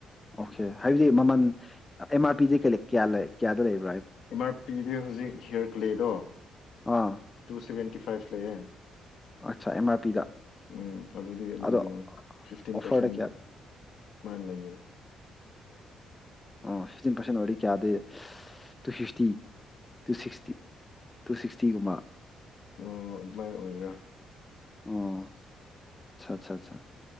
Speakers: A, on the left (about 20°); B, on the left (about 70°).
A: ꯑꯣꯀꯦ ꯍꯥꯏꯕꯗꯤ ꯃꯃꯜ ꯑꯦꯝ ꯑꯥꯔ ꯄꯤꯗꯤ ꯀꯌꯥ ꯀꯌꯥꯗ ꯂꯩꯕ
B: ꯑꯦꯝ ꯑꯔꯄꯤꯗꯤ ꯍꯧꯖꯤꯛ ꯍꯦꯛꯒꯠꯂꯦꯗꯣ
A: ꯑꯥ
B: ꯇꯨ ꯁꯚꯦꯟꯇ ꯐꯥꯏꯚ ꯂꯩꯌꯦ
A: ꯑꯠꯆꯥ ꯑꯦꯝ ꯑꯥꯔ ꯄꯤꯗ
B: ꯎꯝ ꯑꯗꯨꯗꯤ ꯑꯗꯨꯝ
A: ꯑꯗꯣ
B: ꯐꯤꯐꯇꯤꯟ
A: ꯑꯣꯐꯔꯗ
B: ꯄꯥꯔꯁꯦꯟ
A: ꯀꯌꯥ
B: ꯁꯨꯃꯥꯏꯅ ꯂꯩꯒꯅꯤ
A: ꯑꯣ ꯁꯤꯛꯏꯇꯤꯟ ꯄꯥꯔꯁꯦꯟ ꯑꯣꯏꯗꯤ ꯀꯌꯥꯗꯦ to sixty to sixty to ꯁꯤꯛꯁꯇꯤꯒꯨꯝꯕ
B: ꯑꯣ ꯑꯗꯨꯃꯥꯏꯅ ꯑꯣꯏꯒ꯭ꯔꯥ
A: ꯑꯣ ꯑꯠꯆꯥ ꯑꯆꯥ